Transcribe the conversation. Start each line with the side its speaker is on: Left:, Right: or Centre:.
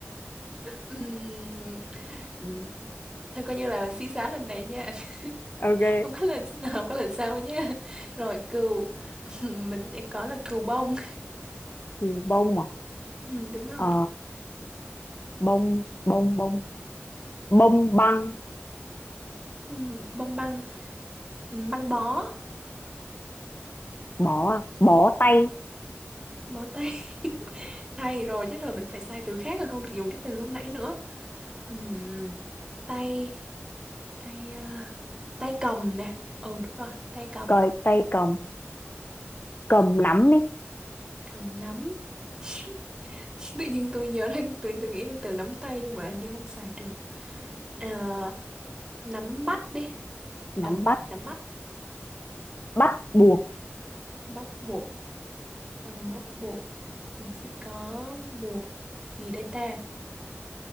Right: Ừm, ừ, thôi coi như là xí xá lần này nha
Left: ok
Right: <laughs> không có lần không có lần sau nha rồi cừu <laughs> mình sẽ có là cừu bông
Left: từ bông à
Right: Ừm, đúng rồi.
Left: Ờ, bông bông bông bông băng
Right: Ừm, bông băng, ừm, băng bó,
Left: bó à? bó tay
Right: bó tay. <laughs> Tay rồi chứ rồi mình phải xài từ khác rồi không được dùng cái từ lúc nãy nữa. Ừm, tay, tay à, tay cầm nè. Ừ đúng rồi, tay cầm,
Left: cởi tay cầm cầm nắm đi
Right: cầm nắm. <laughs> Tự nhiên tôi nhớ ra tôi tôi nghĩ là từ nắm tay nhưng mà hình như không xài được. Ờ, nắm bắt đi.
Left: nắm
Right: Ừ,
Left: bắt
Right: nắm bắt,
Left: bắt buộc
Right: bắt buộc. Ừ, bắt buộc. Mình sẽ có buộc gì đây ta?